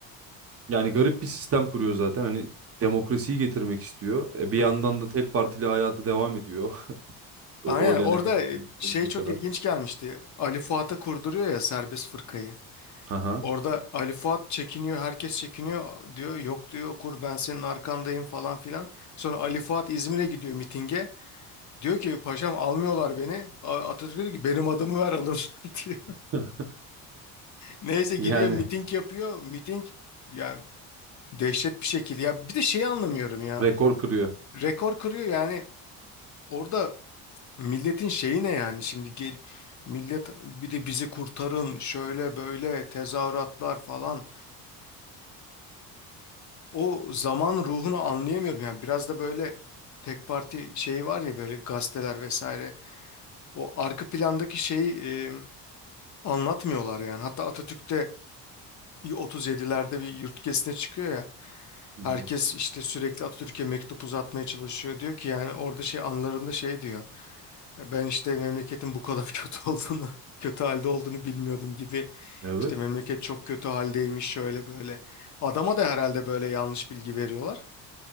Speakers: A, on the right (about 35°); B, on the left (about 45°).
A: Yani garip bir sistem kuruyor zaten. Hani demokrasiyi getirmek istiyor. E, bir
B: Hı
A: yandan
B: hı.
A: da tek partili hayatı devam ediyor. <laughs> O
B: Aynen
A: Oylayana
B: orada
A: kadar,
B: e, şey
A: 50'ye
B: çok
A: kadar.
B: ilginç gelmişti. Ali Fuat'a kurduruyor ya serbest fırkayı.
A: Aha.
B: Orada Ali Fuat çekiniyor, herkes çekiniyor diyor. Yok diyor kur ben senin arkandayım falan filan. Sonra Ali Fuat İzmir'e gidiyor mitinge. Diyor ki paşam almıyorlar beni. A- Atatürk diyor ki benim adımı ver alın <laughs> diyor.
A: <laughs>
B: Neyse gidiyor
A: Yani
B: miting yapıyor. Miting ya dehşet bir şekilde. Ya bir de şeyi anlamıyorum ya.
A: rekor kırıyor.
B: Rekor kırıyor yani. Orada milletin şeyi ne yani şimdi gel millet bir de bizi kurtarın şöyle böyle tezahüratlar falan. o zaman ruhunu anlayamıyorum. Yani biraz da böyle tek parti şeyi var ya böyle gazeteler vesaire. O arka plandaki şeyi e, anlatmıyorlar yani. Hatta Atatürk'te 37'lerde bir yurt gezisine çıkıyor ya.
A: Hı
B: Herkes
A: hı.
B: işte sürekli Atatürk'e mektup uzatmaya çalışıyor. Diyor ki yani orada şey anılarında şey diyor. "E, Ben işte memleketin bu kadar <laughs> kötü olduğunu, kötü halde olduğunu bilmiyordum gibi.
A: Evet.
B: İşte memleket çok kötü haldeymiş şöyle böyle. Adama da herhalde böyle yanlış bilgi veriyorlar.